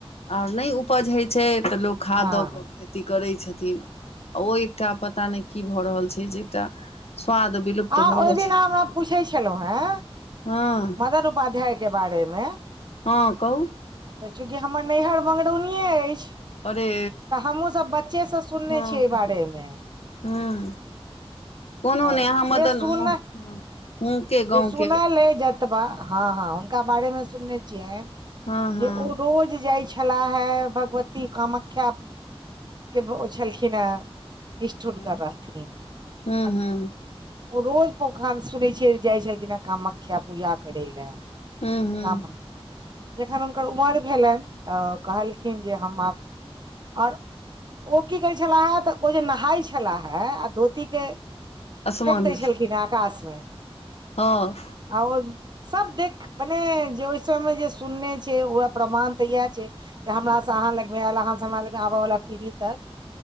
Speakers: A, on the left; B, on the right.
A: आर नैय उपज होइ छै तऽ लोक खाद
B: हँ
A: दऽ कऽ खेत करै छथिन आ ओ एकटा पता नहि की भऽ रहल छै जे एकटा स्वाद विलुप्त
B: आ
A: भऽ
B: ओहि
A: रहल
B: दिन
A: छै
B: अहा हमरा पूछै छलहुँ है।
A: हँ
B: <unintelligible> उपाध्याय के बारेमे
A: हँ कहुँ
B: तऽ चूँकि हमर नैहर मंगरौनीये अछि।
A: अरे
B: तऽ हमहूँसब बच्चेसँ सुनने
A: हँ
B: छियै एहि बारेमे
A: हँ कोनो
B: अ
A: नहि अहाँ मदन
B: जेसुन
A: हँ हूँ के
B: जे
A: गाँवके
B: सुनल एय ज जतबा ह-ह हुनका बारेन में सुनने छियेन
A: हँ हँ
B: जे ओ रोज जाय छलाह हे भगवती कामाख्या के ओ छलखिन हे इस्ठुट
A: हूँ
B: कर रहथिन
A: हूँ
B: अप ओ रोज पोखान सुनै छियै जाइ छलखिन ह कामाख्या पूजा करै लै।
A: हूँ हूँ
B: काम एय जखन हुनकर उमर भेलनि तऽ कहलखिन जे हम आब आर ओ की करै छलाहे तऽ ओ जे नहाय छलाहे आ धोतीके
A: असमान
B: फेेक दैय
A: भी
B: छलखिन हे आकाश मे
A: हँ
B: आ ओ सब देख मने जे ओहि समयमे जे सुनने छै ओह प्रमाण तऽ इहे छै। हमरास अहाँ लगमे ऐल अहाँ हमरा लग में आबऽ वला पीढ़ी तऽ